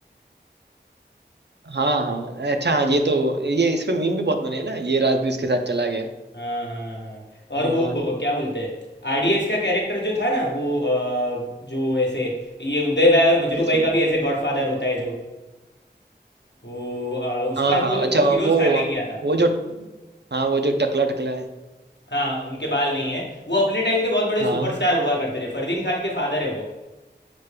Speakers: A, on the right; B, on the left.
A: हाँ हाँ अच्छा हाँ ये तो ये इस पे मीम भी बहुत बने ना ये राजवीर के साथ चला गया
B: हाँ हाँ हाँ और
A: हाँ
B: वो क्या बोलते हैं आरडीएक्स का कैरेक्टर जो था ना वो अ, जो ऐसे ये उदय भाई और मजरू
A: इसमें
B: भाई का भी ऐसे गॉडफादर होता है जो वो आ, उसका
A: हाँ हाँ
B: रोल
A: अच्छा
B: वो
A: हाँ,
B: फिरोज
A: वो
B: खान ने किया था
A: वो जो हाँ वो जो टकला टकला है
B: हाँ उनके बाल नहीं है वो अपने टाइम के बहुत बड़े
A: हाँ
B: सुपरस्टार हुआ करते थे फरदीन खान के फादर है वो